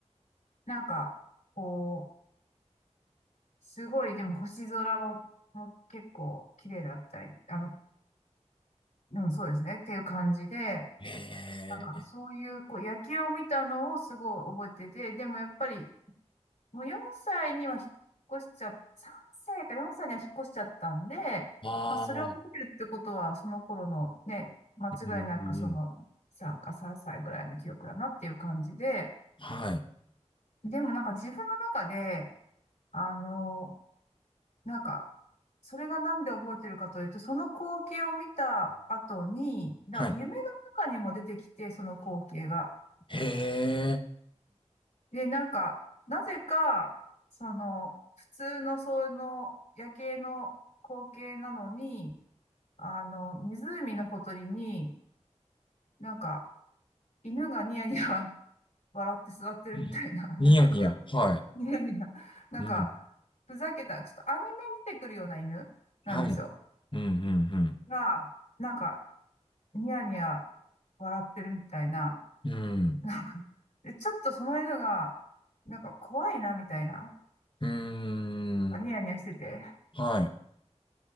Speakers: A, on the left (about 85°); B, on the left (about 45°).
A: なんか、こう、すごい、でも星空も、も結構綺麗だったり、あの、うん、そうですね、っていう感じで、
B: ええ
A: なんかそういう、こう、夜景を見たのをすごい覚えてて、でもやっぱり、もう4歳には引っ越しちゃ、3歳か4歳には引っ越しちゃったんで、
B: ー。ああ。
A: まあ、それを覚えてるってことは、その頃のね、間違いなくその3か3歳ぐらいの記憶だなっていう感じで、
B: うん、うん、うん。はい。
A: でもなんか自分の中で、あの、なんか、それがなんで覚えてるかというと、その光景を見た後に、だから夢の中にも出てきて、
B: はい。
A: その光景が。
B: へえ。
A: で、なんか、なぜか、その、普通のその夜景の光景なのに、あの、湖のほとりに、なんか、犬がニヤニヤ <laughs> 笑って座ってるみたいな、
B: うんニヤニヤ。
A: なんか、あ
B: はい。
A: ニヤニヤ、なんか、
B: うん。
A: ふざけた、ちょっとアニメに出てくるような犬なんですよ。
B: はい。うん、うん、
A: が、なんか、ニヤニヤ笑ってるみたいな、
B: うん。うん。
A: なんか、で、ちょっとその犬が、なんか怖いなみたいな、
B: うーん。
A: なんかニヤニヤしてて、っ
B: はい。